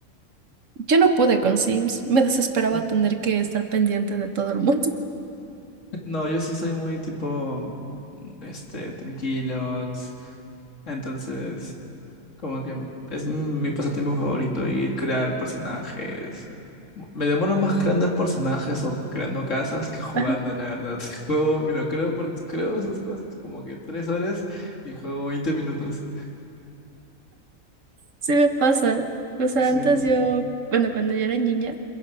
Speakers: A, on the right; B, on the left.
A: yo no pude con Sims. Me desesperaba
B: No,
A: tener que estar pendiente de todo el mundo.
B: no, yo sí soy muy tipo, este, tranquilo, entonces Como que es mi pasatiempo favorito, ir crear personajes. Me demoro más creando personajes o creando casas que jugando,
A: <laughs> Ajá.
B: la verdad. <laughs> Juego, mira, creo, por- creo esas cosas como que tres horas y juego 20 minutos.
A: Sí me pasa. O sea,
B: Sí.
A: antes yo, bueno, cuando yo era niña,